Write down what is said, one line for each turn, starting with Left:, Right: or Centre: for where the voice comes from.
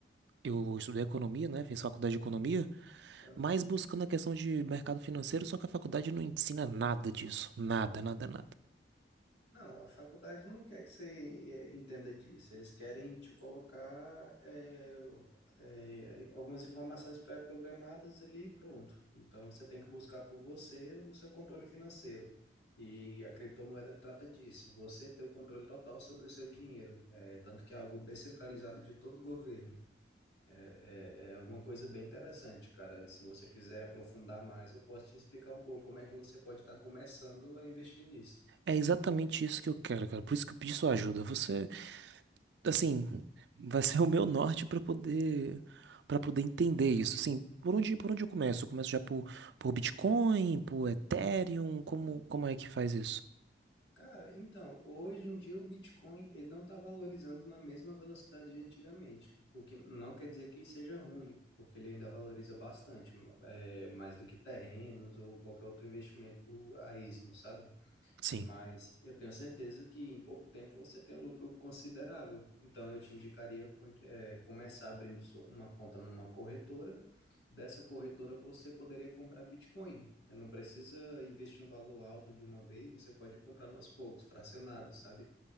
Right: eu estudei economia, né? Fiz faculdade de economia,
Left: aham.
Right: mas buscando a questão de mercado financeiro, só que a faculdade não ensina nada disso. Nada, nada, nada.
Left: Não, a faculdade não quer que você eh, entenda disso. Eles querem te colocar eh, eh, algumas informações pré-programadas ali, e pronto. Então você tem que buscar por você o seu controle financeiro. E a criptomoeda trata disso, você ter o controle total sobre o seu dinheiro. É, tanto que é algo descentralizado de todo o governo. É, é é uma coisa bem interessante, cara. Se você quiser aprofundar mais, eu posso te explicar um pouco como é que você pode estar começando a investir nisso.
Right: É exatamente isso que eu quero, cara. Por isso que eu pedi sua ajuda. você assim, vai ser o meu norte para poder para poder entender isso. Assim, por onde por onde eu começo? Eu começo já por por Bitcoin, por Ethereum, como como é que faz isso?
Left: Cara, então, hoje em dia o Bitcoin ele não está valorizando na mesma velocidade de antigamente, o que não quer dizer que seja ruim, porque ele ainda valoriza bastante, é, mais do que terrenos ou qualquer outro investimento a esmo, sabe?
Right: Sim.
Left: Mas eu tenho certeza que em pouco tempo você tem um lucro considerável. Então eu te indicaria con- eh, começar abrindo sua- uma conta numa corretora. Dessa corretora você poderia comprar Bitcoin. Eh, Não precisa investir um valor alto de uma vez, você pode comprar aos poucos, fracionados, sabe?